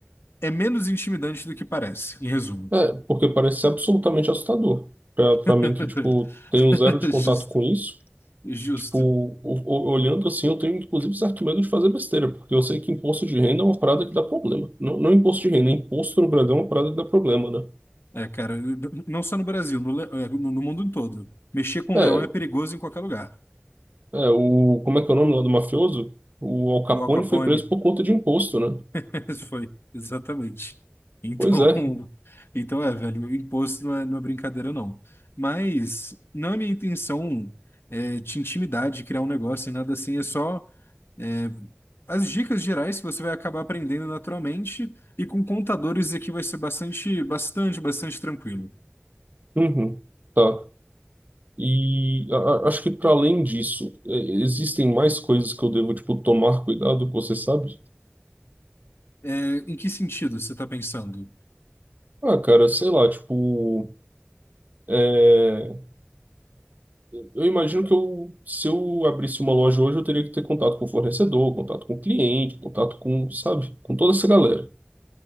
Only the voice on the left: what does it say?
é menos intimidante do que parece, em resumo.
<laughs>
Justo,
justo.
É, cara, não só no Brasil, no, le- é, no no mundo em todo. Mexer com
leão é perigoso em qualquer lugar.
O Al Capone,
<laughs> esse foi, exatamente. Então,
<laughs> então é, velho, o imposto não é, não é brincadeira, não. Mas não é minha intenção é, te intimidar, de criar um negócio e nada assim, é só é, as dicas gerais que você vai acabar aprendendo naturalmente e com contadores aqui vai ser bastante, bastante, bastante tranquilo.
É, em que sentido você está pensando?